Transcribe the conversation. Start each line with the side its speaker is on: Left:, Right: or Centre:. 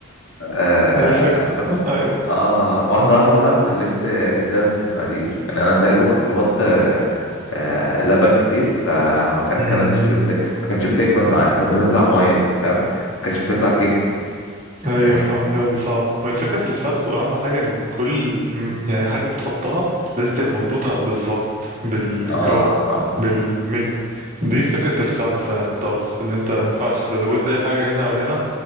Left: آه
Right: الفكرة
Left: آه بس
Right: أيوة
Left: اه واحدة واحدة بقى اتعلمت ازاي اظبط المقادير يعني انا تقريبا كنت بحط آه آه لبن كتير فما كا-
Right: مم.
Left: كانتش بت... ما كانتش بتجمد معايا كانت بتطلع مية فاهم ما كانتش بتطلع كيك
Right: أيوة
Left: يعني
Right: فاهم
Left: كان
Right: هي دي صعب ما الفكرة في الخبز وأهم حاجة إن كل م- يعني حاجة بتحطها لازم تبقى مظبوطة بالظبط بالجرام
Left: اه اه فاهم
Right: بالملي دي فكرة الخبز عن الطبخ إن أنت ما ينفعش لو زودت أي حاجة هنا أو هنا